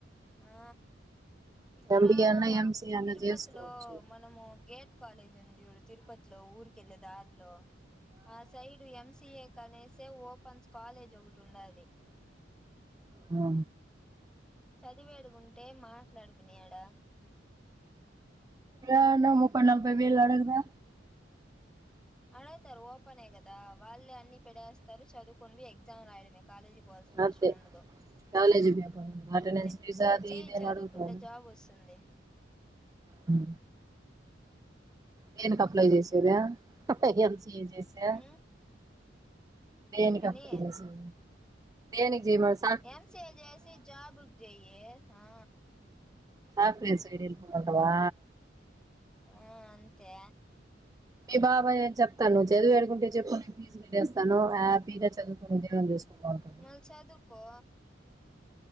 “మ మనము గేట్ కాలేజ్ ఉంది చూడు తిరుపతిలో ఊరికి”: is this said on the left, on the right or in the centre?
Centre